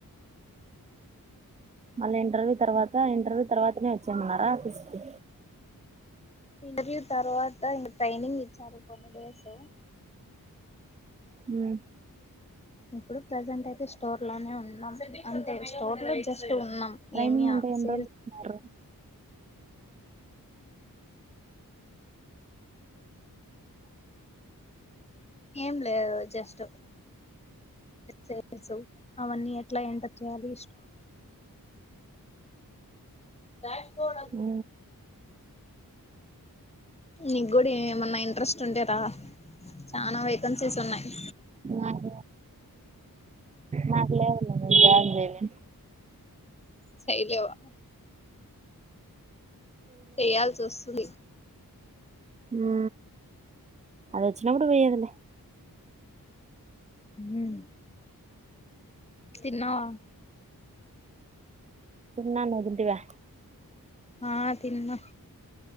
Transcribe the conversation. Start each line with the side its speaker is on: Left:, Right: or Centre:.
Right: మళ్ళా ఇంటర్వ్యూ తర్వాత ఇంటర్వ్యూ తర్వాతనే వచ్చామన్నారా ఆఫీస్కి
Left: ఇంటర్వ్యూ తర్వాత ఇం ట్రైనింగ్ ఇచ్చారు కొన్ని డేస్
Right: హమ్
Left: ఇప్పుడు ప్రెజెంట్ అయితే స్టోర్ లోనే ఉన్నాం అంటే స్టోర్ లో జస్ట్ ఉన్నాం
Right: ట్రైనింగ్
Left: ఏమియా
Right: అంటే ఎన్ని
Left: సేల్
Right: రోజులు
Left: ఏ లేదు ట్ అవన్నీ ఎట్లా ఎంటర్ చేయాలి బ్యాక్ కోడ్
Right: ఉ
Left: నీకు కూడా ఏమన్నా ఇంట్రెస్ట్ ఉంటే రా చానా వేకన్సీస్ ఉన్నాయి్
Right: నాకు నాకు జాయిన్ చేయలేన్
Left: చేలేవా చేయాల్సి వస్తుంది
Right: ఊ అది వచ్చిన అప్పుడు పోయ్యదులే
Left: ఊ తిన్నావా
Right: తిన్నా నువ్వు తింటివా
Left: ఆ తిన్నా